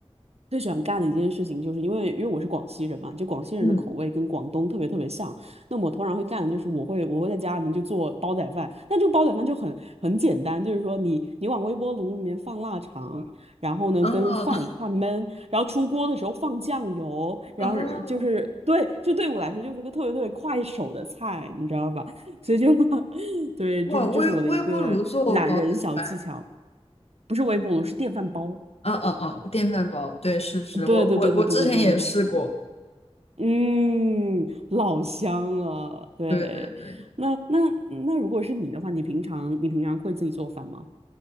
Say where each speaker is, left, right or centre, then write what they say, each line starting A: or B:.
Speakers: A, on the right (about 75°); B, on the left (about 70°).
A: 最喜欢干的一件事情，就是因为因为我是广西人嘛，就广西人的口味跟广东特别特别像。
B: 嗯，
A: 那么我通常会干的就是我会我会在家里面就做煲仔饭，但这个煲仔饭就很很简单，就是说你你往微波炉里面放腊肠，然后呢跟饭一块焖，
B: 哦，
A: 然后出锅的时候放酱油，
B: 哦，
A: 然后就是对，就对我来说就是个特别特别快手的菜，你知道吧？<laughs> 所以就 <laughs> 对，
B: 哇，
A: 就是这是我的一个懒人小技巧，
B: 微微波炉做煲仔饭，
A: 不是微波炉，是电饭煲。
B: 嗯嗯嗯，电饭煲，对，是是，
A: 对对对对对对对对对。
B: 我我我之前也试过，
A: 嗯，老香了，对。
B: 对对对，
A: 那那那，如果是你的话，你平常你平常会自己做饭吗？